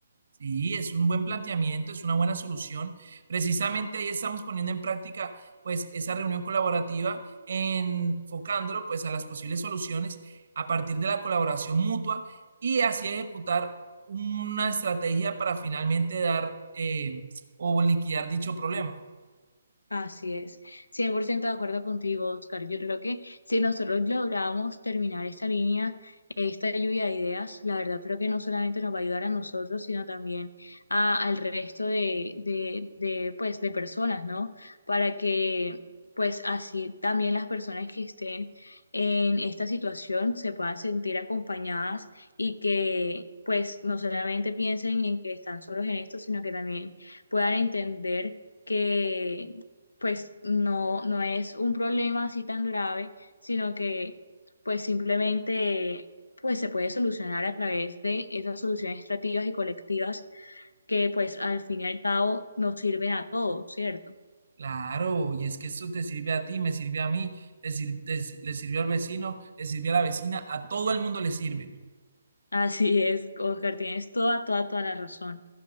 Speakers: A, on the right; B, on the left.
A: Sí, es un buen planteamiento, es una buena solución. Precisamente ahí estamos poniendo en práctica pues esa reunión colaborativa, enfocándolo pues a las posibles soluciones a partir de la colaboración mutua y así ejecutar una estrategia para finalmente dar eh, o liquidar dicho problema.
B: Así es, 100% de acuerdo contigo, Oscar. Yo creo que si nosotros logramos terminar esta línea, esta lluvia de ideas, la verdad creo que no solamente nos va a ayudar a nosotros, sino también a- al resto de, de, de, pues, de personas, ¿no? Para que, pues, así también las personas que estén en esta situación se puedan sentir acompañadas y que, pues, no solamente piensen en que están solos en esto, sino que también puedan entender que pues no, no es un problema así tan grave, sino que pues simplemente pues se puede solucionar a través de esas soluciones estrategas y colectivas que pues al fin y al cabo nos sirven a todos, ¿cierto?
A: Claro, y es que esto te sirve a ti, me sirve a mí, le sir- te- si-, le sirve al vecino, le sirve a la vecina, a todo el mundo le sirve.
B: <laughs> Así es, Oscar, tienes toda, toda, toda la razón.